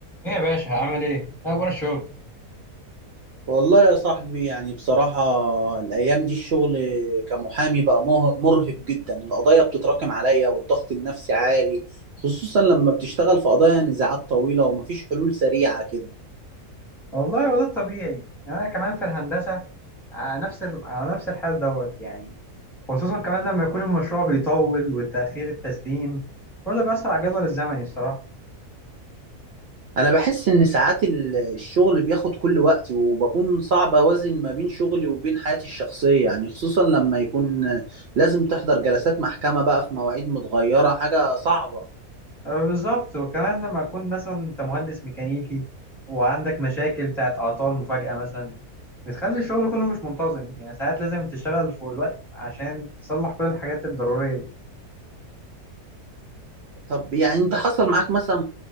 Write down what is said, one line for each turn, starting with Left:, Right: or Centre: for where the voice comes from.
Centre: ايه يا باشا عامل ايه؟ إيه اخبار الشغل؟
Right: والله يا صاحبي يعني بصراحة الأيام دي الشغل كمحامي بقى مه- مرهق جدا القضايا بتتراكم عليا والضغط النفسي عالي خصوصا لما بتشتغل في قضايا نزاعات طويلة ومفيش حلول سريعة كده
Centre: والله هو ده الطبيعي يعني انا كمان في الهندسه على نفس ال... على نفس الحال دوت يعني خصوصا كمان لما يكون المشروع بيطول والتاخير التسليم كل ده بيأثر على الجدول الزمني الصراحه
Right: أنا بحس إن ساعات ال- الشغل بياخد كل وقتي وبكون صعب أوازن ما بين شغلي وبين حياتي الشخصية يعني خصوصا لما يكون لازم تحضر جلسات محكمة بقى في مواعيد متغيرة حاجة صعبة
Centre: أه بالظبط وكمان لما يكون مثلا انت مهندس ميكانيكي وعندك مشاكل بتاعت اعطال مفاجاه مثلا بتخلي الشغل كله مش منتظم يعني ساعات لازم تشتغل فوق الوقت عشان تصلح كل الحاجات الضروريه دي.
Right: طب يعني انت حصل معاك مثلا